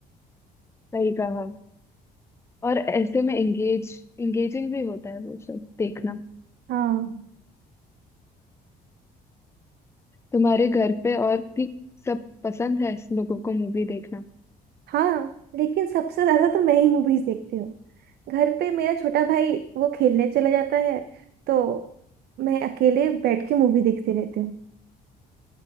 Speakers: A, on the left (about 15°); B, on the right (about 70°).
A: सही कहा और ऐसे में एंगेज एंगेजिंग भी होता है वो सब देखना
B: हाँ
A: तुम्हारे घर पे और भी सब पसंद है ऐसे लोगों को मूवी देखना
B: हाँ लेकिन सबसे ज्यादा तो मैं ही मूवीज देखती हूँ घर पे मेरा छोटा भाई वो खेलने चला जाता है तो मैं अकेले बैठ के मूवी देखती रहती हूँ